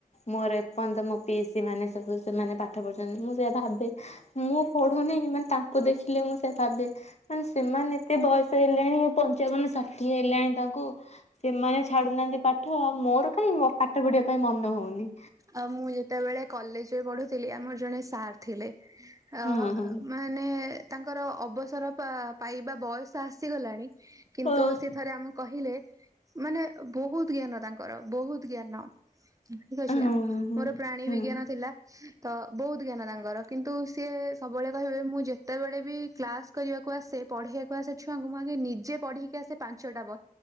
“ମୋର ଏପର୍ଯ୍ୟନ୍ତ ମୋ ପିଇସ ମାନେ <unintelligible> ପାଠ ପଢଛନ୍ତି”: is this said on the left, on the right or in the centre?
Left